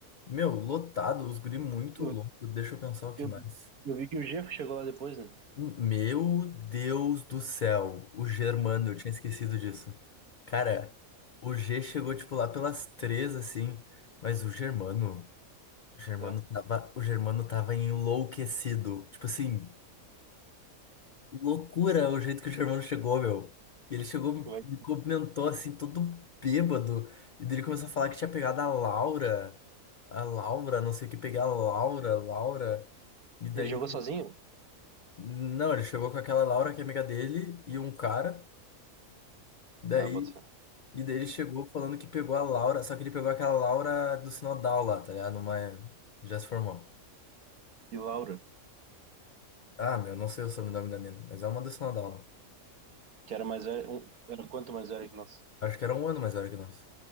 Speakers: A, on the left (about 70°); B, on the right (about 80°).
A: Meu, lotado, os guri muito
B: Eu,
A: louco. Deixa eu pensar o que
B: eu,
A: mais.
B: eu vi que o Jeff chegou lá depois, né?
A: Hum, Meu Deus do céu, o Germano, eu tinha esquecido disso. Cara, o G chegou tipo lá pelas três assim, mas o Germano, o Germano
B: É.
A: tava, o Germano tava enlouquecido. Tipo assim, Loucura o jeito que o Germano chegou, meu. Ele chegou,
B: Como é
A: me
B: que-
A: comentou assim, todo bêbado. E daí ele começou a falar que tinha pegado a Laura. A Laura, não sei o que, pegar a Laura, Laura. E daí.
B: Ele jogou sozinho?
A: Não, ele chegou com aquela Laura que é amiga dele e um cara. Daí.
B: Ah, bota fé.
A: E daí ele chegou falando que pegou a Laura. Só que ele pegou aquela Laura do Sinodal lá, tá ligado? Uma. Já se formou.
B: E Laura,
A: Ah, meu, não sei o sobrenome da mina, mas é uma do Sinodal lá.
B: que era mais velha, um, era quanto mais velha que nós?
A: Acho que era um ano mais velho que nós.